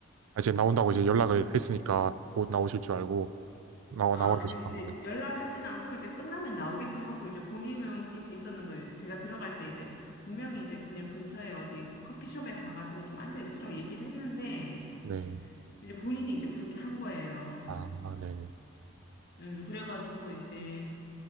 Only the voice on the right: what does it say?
아, 이제 나온다고 이제 연락을 했으니까 곧 나오실 줄 알고 나와,
나와 계셨던
거네.
네.
아, 아, 네네.